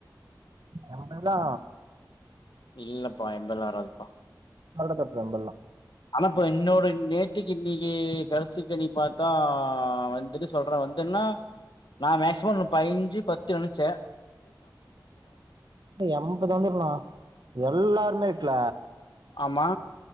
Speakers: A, on the right; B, on the left.
A: எண்பதுதா
B: இல்லப் ப்பா எம்பதல்லா வராதுப்பா
A: நல்லதட் ரம்பெல்லா
B: நா ப்ப இன்னோரு நேத்திக்கி இன்னிக்கி கருத்துக்கணிப் பாத்தா வந்துட்டு சொல்றே வந்துன்னா நா மேக்சிம னு பைஞ்சு பத்து நெனைச்சே
A: எம்பது வந்துருண்ணா எல்லாருமேட்ல
B: ஆமா